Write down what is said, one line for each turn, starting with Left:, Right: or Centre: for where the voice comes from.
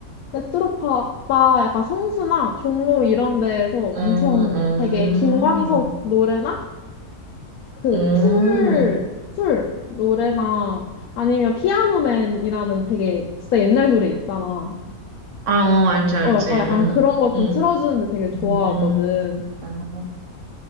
Left: 레트로 바, 바 약간 성수나 종로 이런 데에서 엄청
Right: 어, 어,
Left: 되게 김광석 노래나 그
Right: 어,
Left: 쿨, 쿨 노래나 아니면 피아노맨이라는 되게 진짜 옛날 노래 있잖아.
Right: 아, 어, 알지, 알지,
Left: 어, 어 약간
Right: 응,
Left: 그런 거 좀
Right: 응,
Left: 틀어주는데 되게 좋아하거든.
Right: 음, 어,